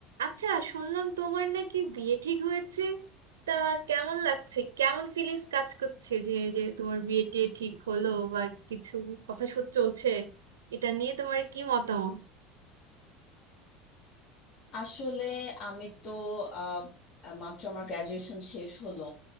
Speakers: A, on the right (about 80°); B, on the left (about 45°).
A: আচ্ছা শুনলাম তোমার নাকি বিয়ে ঠিক হয়েছে তা কেমন লাগছে কেমন ফিলিংস কাজ করছে যে যে তোমার বিয়ে টিয়ে ঠিক হলো বা কিছু কথা সু- চলছে এটা নিয়ে তোমার কি মতামত
B: আসলে আমি তো আহ, মাত্র আমার গ্রাজুয়েশন শেষ হলো